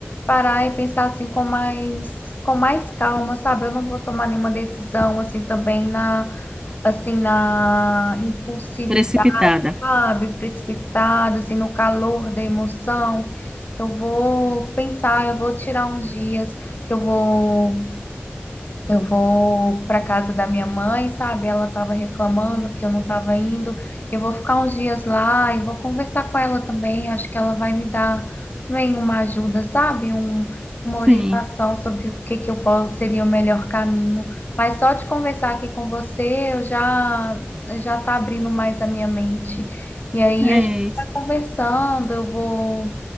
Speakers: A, on the left; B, on the right.
A: parar e pensar assim com mais com mais calma, sabe? Eu não vou tomar nenhuma decisão assim também na assim na impulsividade,
B: precipitada.
A: sabe? Precipitada, assim no calor da emoção. Eu vou pensar, eu vou tirar uns dias que eu vou eu vou para casa da minha mãe, sabe? Ela estava reclamando que eu não estava indo. Eu vou ficar uns dias lá e vou conversar com ela também. Acho que ela vai me dar bem uma ajuda, sabe? Um, uma
B: Sim.
A: orientação sobre o que que eu posso seria o melhor caminho. Mas só de conversar aqui com você, eu já já tá abrindo mais a minha mente. E aí
B: É
A: a gente
B: isso.
A: vai conversando, eu vou